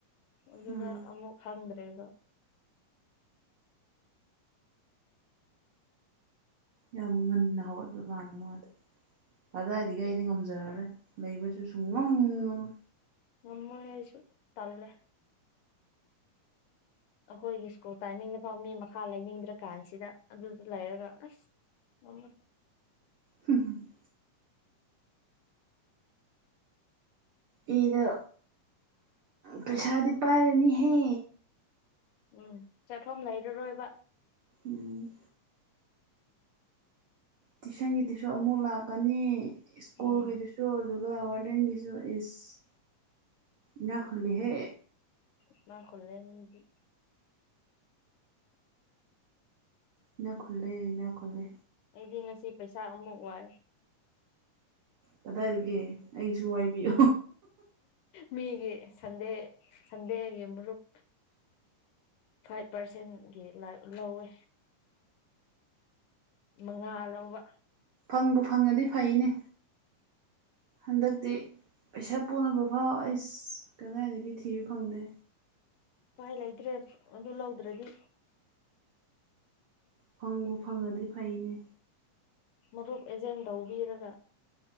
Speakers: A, on the left (about 75°); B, on the right (about 65°).
A: ꯑꯗꯨꯗ
B: ꯎꯝ
A: ꯑꯃꯨꯛ ꯍꯪꯗ꯭ꯔꯦ ꯑꯗꯣ
B: ꯌꯥꯝ ꯉꯟꯅ ꯍ ꯑꯗꯨ ꯃꯥꯅꯦ ꯃꯥꯗ ꯑꯗꯥꯏꯗꯒ ꯑꯩꯗꯤ ꯉꯝꯖꯔꯔꯣꯏ ꯂꯩꯕꯁꯨ ꯁꯨꯡ ꯉꯝ ꯉꯝꯃꯣꯏ
A: ꯉꯃꯣꯏ ꯑꯩꯁꯨ ꯇꯜꯂꯦ ꯑꯩꯈꯣꯏꯒꯤ ꯁ꯭ꯀꯨꯜ ꯇꯥꯏꯃꯤꯡꯗ ꯐꯥꯎ ꯃꯤ ꯃꯈꯥ ꯂꯩꯅꯤꯡꯗ꯭ꯔ ꯀꯥꯟꯁꯤꯗ ꯑꯗꯨꯗ ꯂꯩꯔꯒ ꯑꯁ ꯉꯃꯣꯏ
B: ꯍꯝ ꯑꯩꯗ ꯄꯩꯁꯥꯗꯤ ꯄꯥꯏꯔꯅꯤꯍꯦ
A: ꯎꯝ ꯆꯠꯐꯝ ꯂꯩꯔꯔꯣꯏꯕ
B: ꯎꯝ ꯇꯨꯏꯁꯟꯒꯤꯗꯨꯁꯨ ꯑꯃꯨꯛ ꯂꯥꯛꯀꯅꯤ ꯁ꯭ꯀꯨꯜꯒꯤꯗꯨꯁꯨ
A: ꯎꯝ
B: ꯑꯗꯨꯗꯨꯒ ꯋꯥꯔꯗꯦꯟꯒꯤꯁꯨ ꯏꯁ ꯏꯅꯥꯈꯨꯜꯂꯤꯍꯦ
A: ꯏꯅꯈꯨꯜꯂꯦ ꯃꯤꯗꯤ
B: ꯏꯅ ꯈꯨꯜꯂꯦ ꯏꯅ ꯈꯨꯜꯂꯦ
A: ꯑꯩꯗꯤ ꯉꯁꯤ ꯄꯩꯁꯥ ꯑꯃꯨꯛ ꯋꯥꯏ
B: ꯀꯗꯥꯏꯗꯒꯦ ꯑꯩꯁꯨ ꯋꯥꯏꯕꯤꯌꯨ
A: ꯃꯤꯒꯤ ꯁꯟꯗꯦꯁꯟꯗꯦꯒꯤ ꯃꯔꯨꯞ ꯐꯥꯏꯚ ꯄꯥꯔꯁꯦꯟꯒꯤ ꯂꯧꯋꯦ ꯃꯉꯥꯂꯧꯕ
B: ꯐꯪꯕꯨ ꯐꯪꯉꯗꯤ ꯐꯩꯅꯦ ꯍꯟꯗꯛꯇꯤ ꯄꯩꯁꯥ ꯄꯨꯅꯕ ꯐꯥꯎ ꯑꯩꯁ ꯀꯗꯥꯏꯗꯒꯤ ꯊꯤꯕ ꯐꯪꯗꯦ
A: ꯎꯄꯥꯏ ꯂꯩꯇ꯭ꯔꯦ ꯑꯗꯨ ꯂꯧꯗ꯭ꯔꯗꯤ
B: ꯐꯪꯕꯨ ꯐꯪꯉꯗꯤ ꯐꯩꯅꯦ
A: ꯃꯔꯨꯞ ꯑꯦꯖꯦꯟ ꯇꯧꯕꯤꯔꯒ